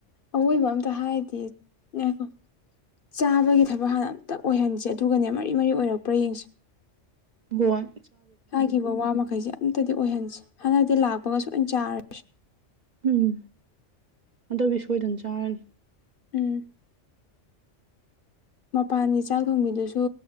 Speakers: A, on the left; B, on the right.
A: ꯑꯋꯣꯏꯕ ꯑꯝꯇ ꯍꯥꯏꯗꯦ ꯉꯥꯢꯈꯣ ꯆꯥꯕꯒꯤ ꯊꯕꯛ ꯍꯥꯟꯅ ꯑꯝꯇ ꯑꯣꯏꯍꯟꯁꯦ ꯑꯗꯨꯒꯅꯦ ꯃꯔꯤ ꯃꯔꯤ ꯑꯣꯏꯔꯛꯄ꯭ꯔꯥ ꯌꯦꯡꯁꯦ
B: ꯒꯣꯢ
A: ꯍꯥꯏꯈꯤꯕ ꯋꯥ ꯃꯈꯩꯁꯦ ꯑꯝꯇꯗꯤ ꯑꯣꯏꯍꯟꯁꯦ ꯍꯟꯗꯛꯇꯤ ꯂꯥꯛꯄꯒ ꯁꯣꯏꯅ ꯆꯥꯔꯅꯤ
B: ꯎꯝ ꯍꯟꯗꯛꯇꯤ ꯁꯣꯏꯗꯅ ꯆꯥꯔꯅꯤ
A: ꯎꯝ ꯃꯄꯥꯟꯒꯤ ꯆꯥꯛ ꯊꯣꯡꯕꯤꯗꯨꯁꯨ